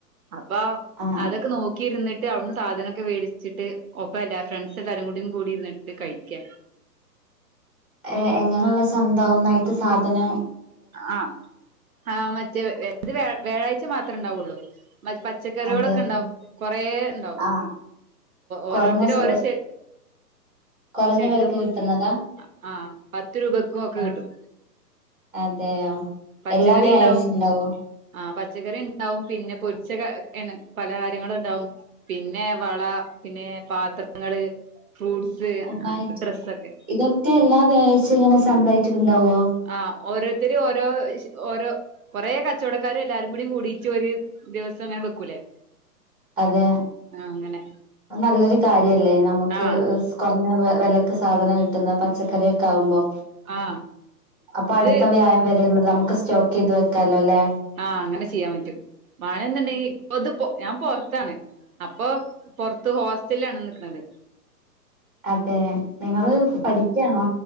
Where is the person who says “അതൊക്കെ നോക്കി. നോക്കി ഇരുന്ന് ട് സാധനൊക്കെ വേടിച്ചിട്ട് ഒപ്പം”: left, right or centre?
Right